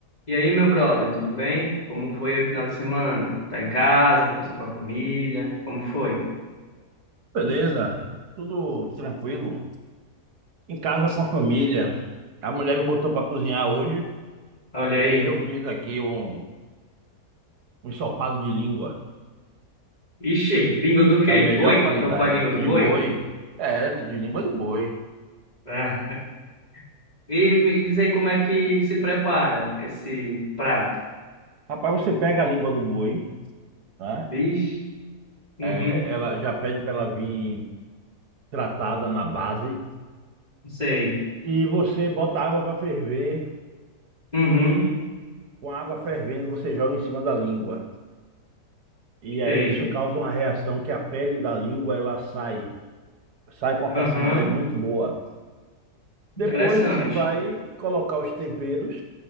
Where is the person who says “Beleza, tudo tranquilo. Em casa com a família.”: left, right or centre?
Right